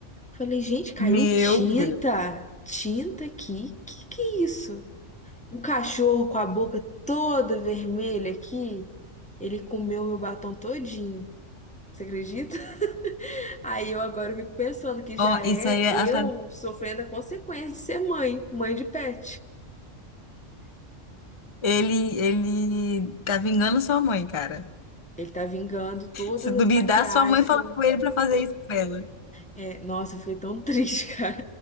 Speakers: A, in the centre; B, on the left.
A: Falei, gente, caiu
B: Meu
A: tinta,
B: Deus.
A: tinta aqui. Que que é isso? O cachorro com a boca toda vermelha aqui, ele comeu meu batom todinho. Você acredita? <laughs> Aí eu agora fico pensando que já
B: Ó, isso
A: é
B: aí, ela
A: eu
B: tá-
A: sofrendo a consequência de ser mãe, mãe de pet.
B: ele, ele tá vingando sua mãe, cara.
A: Ele tá vingando todas
B: Se duvidar,
A: as maquiagens,
B: sua mãe falou
A: que eu
B: com ele pra fazer isso com ela.
A: É, nossa, eu fiquei tão triste, <laughs> cara.